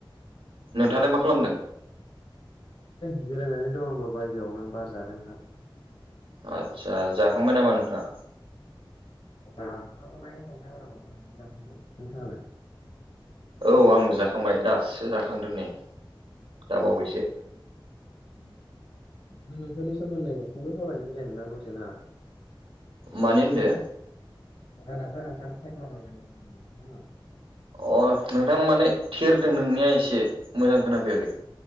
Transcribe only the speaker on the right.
नोंथाङालाय मा खालामदों
आदसा जाखांबाय नामा नोंथाङा?
औ आंबो जाखांबाय दासो जाखांदो नै दाबावैसो
मानि ओनदो?
अ नोंथां माने थेरदों नोंनिया इसे मोजां खोनाफैयाखै